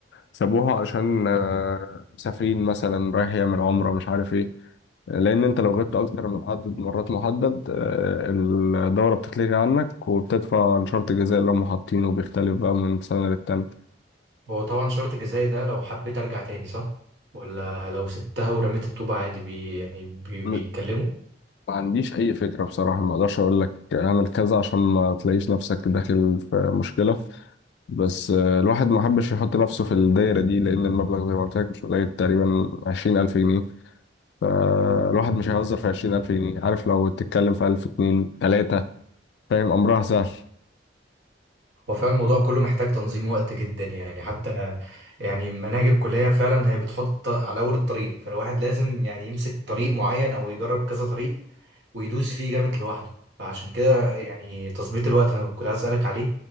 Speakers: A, on the left; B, on the right.
A: سابوها عشان آه، مسافرين مثلا رايح يعمل عمرة مش عارف ايه لأن أنت لو غبت أكتر من عدد مرات محدد آه، الدورة بتتلغي عنك وبتدفع لشرط الجزاء اللي هم حاطينه بيختلف بقى من سنة للتانية
B: هو طبعا شرط جزائي ده لو حبيت ارجع تاني صح ولا لو سبتها ورميت الطوبة عادي بي يعني بي
A: م-
B: بيتكلموا
A: ما عنديش أي فكرة بصراحة ما أقدرش أقول لك اعمل كذا عشان ما تلاقيش نفسك داخل في مشكلة بس آه، الواحد ما حبش يحط نفسه في الدايرة دي لأن المبلغ زي ما قلت لك مش قليل تقريبا عشرين ألف جنيه فالواحد مش هيهزر في عشرين ألف جنيه عارف لو تتكلم في ألف اتنين تلاتة فاهم أمرها سهل
B: هو فعلا الموضوع كله محتاج تنظيم وقت جدا يعني حتى يعني مناهج الكلية فعلا هي بتحط على أول الطريق فالواحد لازم يعني يمسك طريق معين أو يجرب كذا طريق ويدوس فيه جامد لوحده فعشان كده يعني تظبيط الوقت أنا كنت عايز أسألك عليه